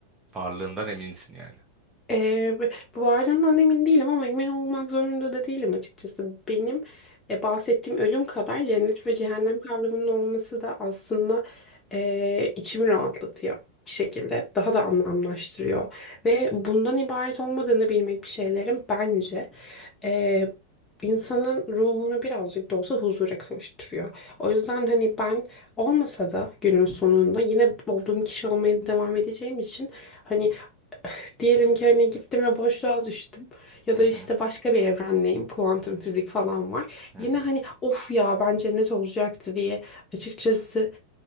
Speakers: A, on the right; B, on the left.
A: varlığından eminsin yani.
B: Ee, b- bu arada ben emin değilim ama emin olmak zorunda da değilim açıkçası. Benim e, bahsettiğim ölüm kadar cennet ve cehennem kavramının olması da aslında e, içimi rahatlatıyor bir şekilde. Daha da anlamlaştırıyor. Ve bundan ibaret olmadığını bilmek bir şeylerin bence e, insanın ruhunu birazcık da olsa huzura kavuşturuyor. O yüzden hani ben olmasa da günün sonunda yine olduğum kişi olmaya devam edeceğim için hani Diyelim ki hani gittim ve boşluğa düştüm. Ya
A: Hı
B: da işte
A: hı.
B: başka bir evrendeyim. Kuantum fizik falan var.
A: hı
B: Yine
A: hı.
B: hani of ya bence net olacaktı diye açıkçası